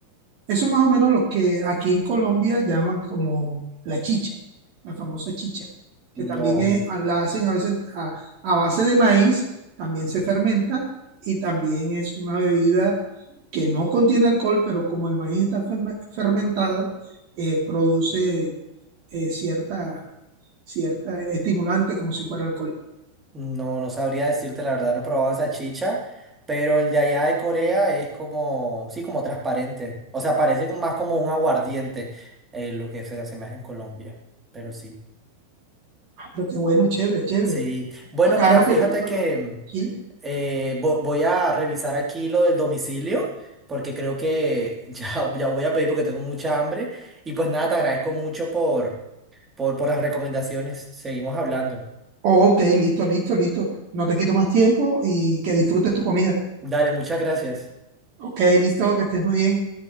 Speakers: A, on the right; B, on the right.
A: Eso es más o menos lo que aquí en Colombia llaman como la chicha, la famosa chicha, que también
B: No,
A: es- ah, la hacen a veces a, a base de maíz, también se fermenta y también es una bebida que no contiene alcohol, pero como el maíz está ferme- fermentado, eh, produce eh, cierta, cierta estimulante como si fuera alcohol.
B: no, no sabría decirte, la verdad, no he probado esa chicha, pero el de allá de Corea es como, sí, como transparente. O sea, parece como- más como un aguardiente, eh, lo que se asemeja en Colombia, pero sí.
A: Ah, pero qué bueno, chévere, chévere.
B: Sí, bueno,
A: Acá
B: mira,
A: no
B: fíjate
A: que tú... no,
B: que mm,
A: Aquí.
B: eh, vo- voy a revisar aquí lo del domicilio, porque creo que <laughs> ya, ya voy a pedir porque tengo mucha hambre. Y pues nada, te agradezco mucho por, por, por las recomendaciones. Seguimos hablando.
A: ok, listo, listo, listo. No te quito más tiempo y que disfrutes tu comida.
B: Dale, muchas gracias.
A: Ok, listo, que estés muy bien.